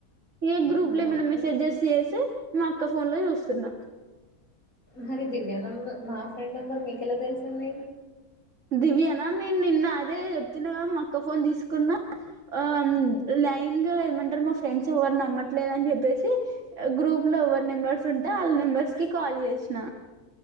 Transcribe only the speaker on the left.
అవునా
హ్మ్.
మరి దివ్య నంబర్ మా ఫ్రెండ్ నెంబర్ మీకెలా తెలిసింది?